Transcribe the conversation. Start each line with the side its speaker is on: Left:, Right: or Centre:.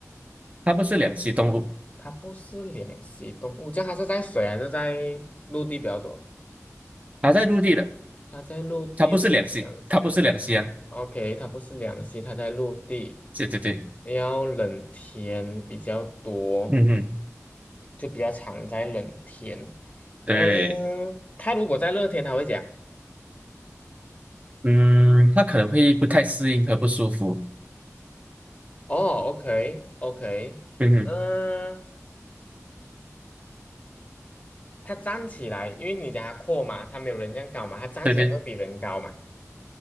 Right: 它不是两栖动物，
Left: 它不是两栖动物，这样它是在水还是在陆地比较多？
Right: 它在陆地的，
Left: 它在陆地，
Right: 它不是两栖，
Left: 它不是两栖，
Right: 它不是两栖啊，
Left: 它 OK，它不是两栖，它在陆地，
Right: 对对对，
Left: 要冷天比较多，
Right: 嗯哼，
Left: 就比较常在冷天。
Right: 对，
Left: 嗯，它如果在热天，它会讲
Right: 嗯，它可能会不太适应和不舒服，
Left: 哦，OK OK，
Right: 嗯哼，
Left: 嗯，它站起来，因为你讲它阔嘛，它没有人这样高嘛，它站起来会比人高嘛，
Right: 对对，